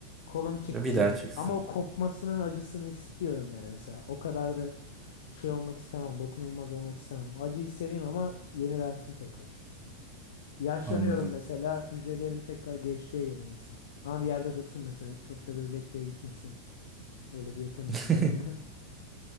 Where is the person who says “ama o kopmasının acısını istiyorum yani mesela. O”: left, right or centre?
Left